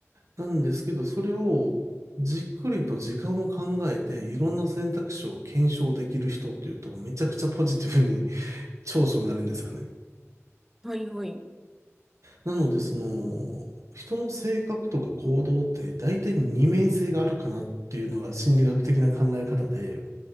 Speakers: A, on the right; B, in the centre.
A: なんですけど、それをじっくりと時間を考えて、いろんな選択肢を検証できる人っていうと、めちゃくちゃポジティブに長所になるんですよね。
B: はい、はい。う
A: なので、その、人の性格とか行動って大体二面性があるかなっていうのが心理学的な考え方で、